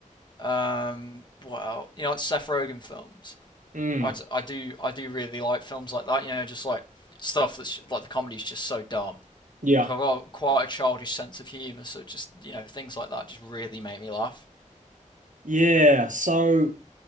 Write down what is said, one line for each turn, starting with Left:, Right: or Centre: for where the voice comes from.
Left: Um, what else? You know, like Seth Rogen films.
Right: Mm,
Left: I, d- I do I do really like films like that. You know, just like stuff that's like the comedy's just so dumb.
Right: yeah.
Left: Like I've got quite a childish sense of humor, so just you know things like that just really make me laugh.
Right: Yeah. So